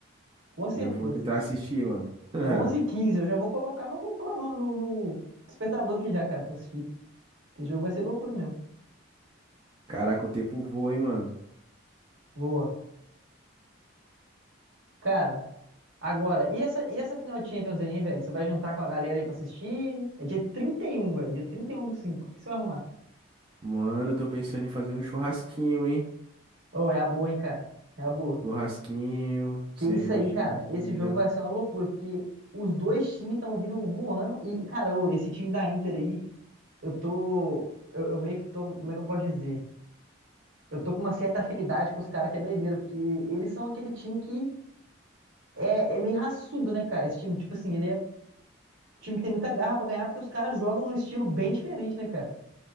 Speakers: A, on the right; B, on the right.
A: Com certeza.
B: Eu vou tentar assistir, mano. <laughs>
A: É onze h 15 eu já vou colocar no, crono, no, no despertador aqui já, cara, pra assistir. Que jogo vai ser loucura mesmo.
B: Caraca, o tempo voa, hein, mano?
A: Boa. Cara, Agora, e essa, e essa final de Champions aí, hein, velho? Você vai juntar com a galera aí pra assistir? É dia 31 velho. Dia 31 do cinco O que você vai arrumar?
B: Mano, eu tô pensando em fazer um churrasquinho, hein?
A: Ô, é a boa, hein, cara? É a boa.
B: Churrasquinho, cervejinha.
A: Que isso aí, cara. Esse jogo vai ser uma loucura, porque os dois times estão vindo voando. E, cara, ô, esse time da Inter aí, eu tô. Eu, eu meio que tô. Como é que eu posso dizer? Eu tô com uma certa afinidade com os caras que é doideira, porque eles são aquele time que é, é meio raçudo, né, cara? Esse time, tipo assim, ele é um time que tem muita garra pra ganhar, porque os caras jogam num estilo bem diferente, né, cara?